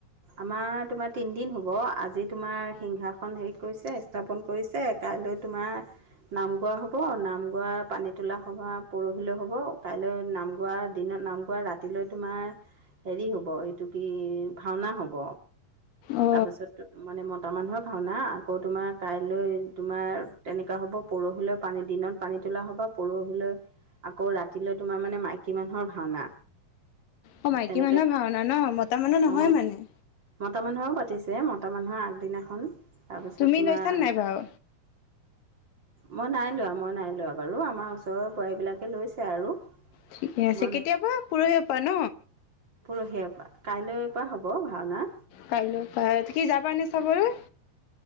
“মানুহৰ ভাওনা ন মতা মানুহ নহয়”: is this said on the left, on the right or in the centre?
Left